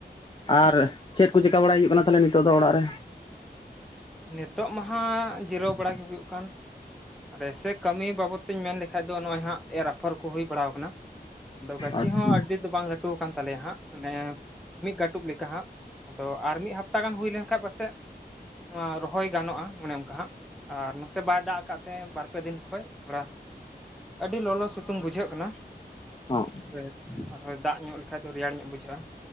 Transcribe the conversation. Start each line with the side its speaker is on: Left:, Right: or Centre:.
Left: ᱟᱨ ᱪᱮᱫ ᱠᱚ ᱪᱮᱠᱟ ᱵᱟᱲᱟ ᱦᱩᱭᱩᱜ ᱠᱟᱱᱟ, ᱛᱟᱦᱚᱞᱮ ᱱᱤᱛᱚᱜ ᱫᱚ ᱚᱲᱟᱜ ᱨᱮ?
Centre: ᱱᱤᱛᱚᱜ ᱢᱟ ᱦᱟᱸᱜ, ᱡᱤᱨᱟᱹᱣ ᱵᱟᱲᱟ ᱜᱮ, ᱦᱩᱭᱩᱜ ᱠᱟᱱ, ᱟᱨ, ᱟᱭᱥᱮ ᱠᱟᱹᱢᱤ ᱵᱟᱵᱚᱛ ᱛᱮᱧ ᱢᱮᱱ ᱞᱮᱠᱷᱟᱱᱡ ᱫᱚ, ᱱᱚᱜᱼᱚᱭ ᱦᱟᱸᱜ, ᱮᱨ ᱟᱯᱷᱚᱨ ᱠᱚ, ᱦᱩᱭ ᱵᱟᱲᱟ ᱟᱠᱟᱱᱟ ᱾ ᱟᱫᱚ, ᱜᱟᱹᱪᱷᱤ
Left: ᱟᱪᱪᱷᱟ
Centre: ᱦᱚᱸ ᱟᱹᱰᱤ ᱫᱚ ᱵᱟᱝ ᱞᱟᱹᱴᱩ ᱟᱠᱟᱱ ᱛᱟᱞᱮᱭᱟ ᱦᱟᱸᱜ, ᱚᱱᱮ ᱢᱤᱫ ᱠᱟᱹᱴᱩᱵ ᱞᱮᱠᱟ ᱦᱟᱸᱜ ᱾ ᱟᱫᱚ, ᱟᱨ ᱢᱤᱫ ᱦᱟᱯᱛᱟ ᱜᱟᱱ, ᱦᱩᱭ ᱞᱮᱱ ᱠᱷᱟᱱᱡ ᱯᱟᱥᱮᱫ ᱱᱚᱣᱟ ᱨᱚᱦᱚᱭ ᱜᱟᱱᱚᱜᱼᱟ, ᱚᱱᱮ ᱚᱱᱠᱟ ᱦᱟᱸᱜ, ᱟᱨ ᱱᱚᱛᱮ ᱵᱟᱭ ᱫᱟᱜ ᱟᱠᱟᱫ ᱛᱮ, ᱵᱟᱨ ᱯᱮ ᱫᱤᱱ ᱠᱷᱚᱡ, ᱛᱷᱚᱲᱟ ᱟᱹᱰᱤ ᱞᱚᱞᱚ ᱥᱤᱛᱩᱝ ᱵᱩᱡᱷᱟᱹᱜ ᱠᱟᱱᱟ ᱾
Left: ᱦᱚᱸᱜ ᱾ <inaudible>
Centre: ᱛᱚᱵᱮ, ᱟᱨᱦᱚ ᱫᱟᱜ ᱧᱚᱜ ᱞᱮᱠᱷᱟᱡ ᱫᱚ, ᱨᱮᱭᱟᱲ ᱧᱚᱜ ᱵᱩᱡᱷᱟᱹᱜᱼᱟ